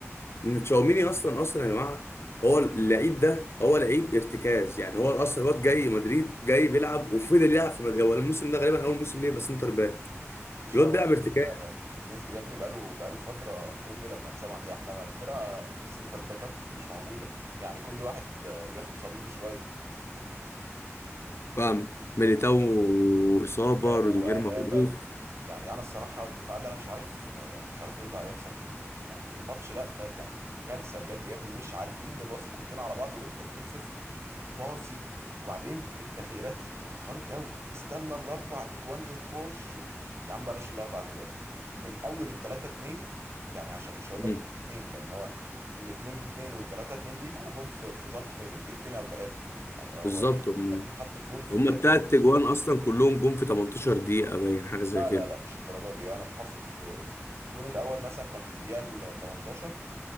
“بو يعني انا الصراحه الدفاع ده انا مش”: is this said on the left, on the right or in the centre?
Right